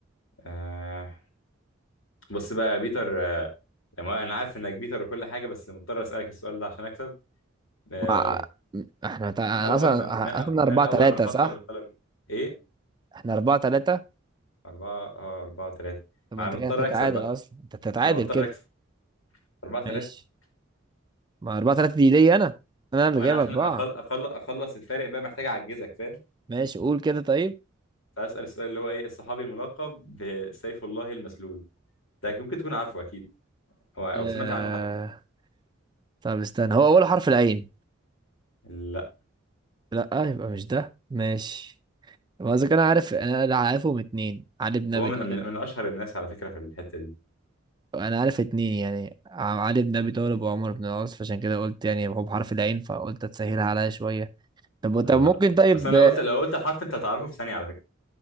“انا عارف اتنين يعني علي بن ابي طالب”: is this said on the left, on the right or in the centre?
Right